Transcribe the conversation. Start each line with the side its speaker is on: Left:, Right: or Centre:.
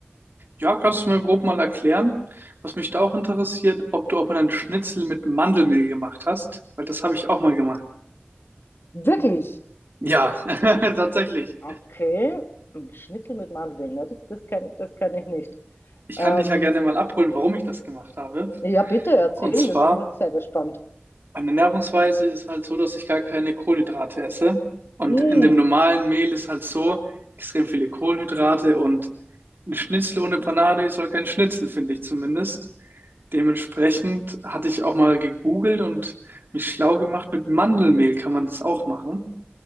Right: Ja, kannst du mir grob mal erklären, was mich da auch interessiert, ob du auch mal einen Schnitzel mit Mandelmehl gemacht hast? Weil das habe ich auch mal gemacht.
Left: Wirklich?
Right: Ja, <laughs> tatsächlich.
Left: Okay, ein Schnitzel mit Mandeln, ne? das, das kenne das kenn ich nicht.
Right: Ich
Left: Ähm,
Right: kann dich ja gerne mal abholen, warum ich das gemacht habe.
Left: ja, bitte erzähl,
Right: Und zwar
Left: ich bin jetzt sehr gespannt.
Right: Meine Ernährungsweise ist halt so, dass ich gar keine Kohlenhydrate esse. Und
Left: Hm,
Right: in dem normalen Mehl ist halt so extrem viele Kohlenhydrate und ein Schnitzel ohne Panade ist halt kein Schnitzel, finde ich zumindest. Dementsprechend hatte ich auch mal gegoogelt und mich schlau gemacht. Mit Mandelmehl kann man das auch machen.